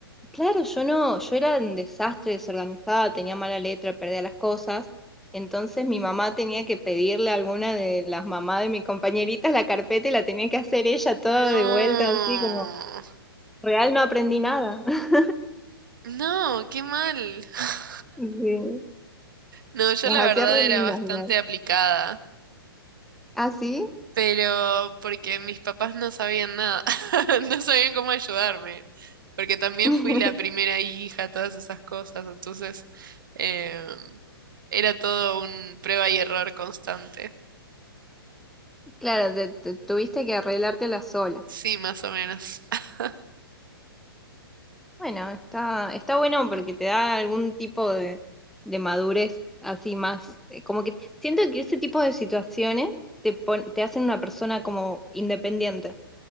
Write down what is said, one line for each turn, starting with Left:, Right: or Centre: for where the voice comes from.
Centre: Claro, yo no, yo era un desastre, desorganizada, tenía mala letra, perdía las cosas. Entonces mi mamá tenía que pedirle a alguna de las mamás de mis compañeritas la carpeta y la tenía que hacer ella todo
Right: No,
Centre: de vuelta, así como, real no aprendí nada. <laughs>
Right: no, qué mal. <laughs>
Centre: Sí,
Right: No, yo
Centre: las
Right: la
Centre: hacía
Right: verdad
Centre: re
Right: era
Centre: lindas
Right: bastante
Centre: igual.
Right: aplicada,
Centre: ¿Ah, sí?
Right: pero porque mis papás no sabían nada, <laughs> no sabían cómo ayudarme, porque también
Centre: <laughs>
Right: fui la primera hija, todas esas cosas, entonces eh, era todo un prueba y error constante.
Centre: Claro, te- te- tuviste que arreglártela sola.
Right: Sí, más o menos. <laughs>
Centre: Bueno, está, está bueno porque te da algún tipo de, de madurez así más, eh, como que siento que ese tipo de situaciones te pon- te hacen una persona como independiente,